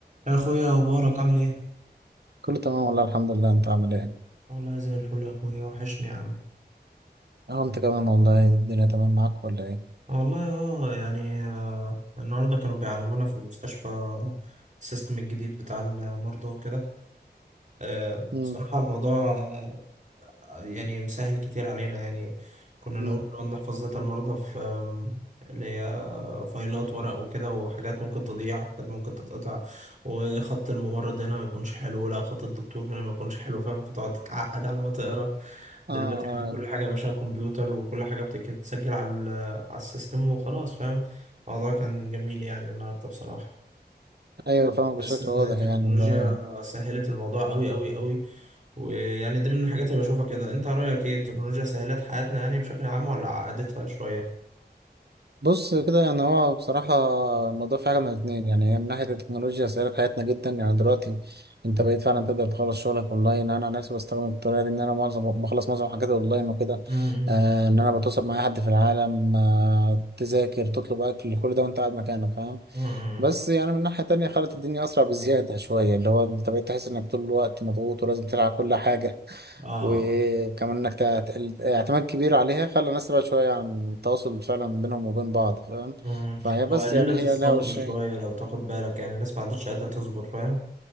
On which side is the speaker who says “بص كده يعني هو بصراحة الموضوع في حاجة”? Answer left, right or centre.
Right